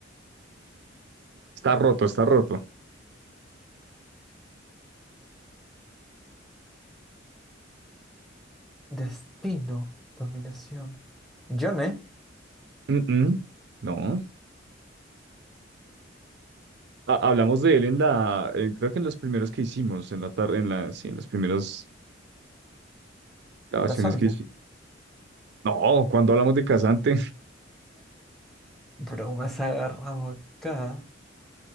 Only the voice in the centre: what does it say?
Destino, dominación. Yone,
casante.
Bro, me has agarrado acá.